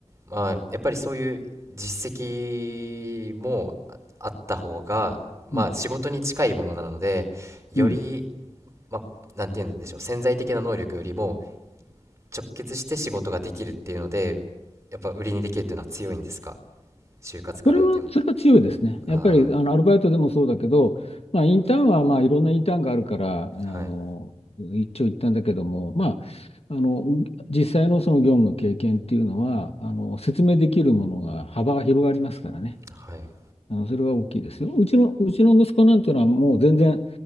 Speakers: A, on the right (about 25°); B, on the left (about 60°).
A: まあ、やっぱりそういう実績もああった方が、まあ、
B: うん、
A: 仕事に近いものなので、より、
B: うん、
A: まあ、なんて言うんでしょう、潜在的な能力よりも直結して仕事ができるっていうので、やっぱ売りにできるっていうのは強いんですか、就活から見ても。
B: それは、それは強いですね。
A: あ
B: やっぱりあのアルバイトでもそうだけど、まあ、インターンはまあいろんなインターンがあるから、あの一長一短だけども、
A: あ、はい、
B: まあ、あの実際のその業務の経験っていうのはあの説明できるものが幅が広がりますからね。
A: はい、
B: あのそれは大きいですよ。うちの、うちの息子なんていうのはもう全然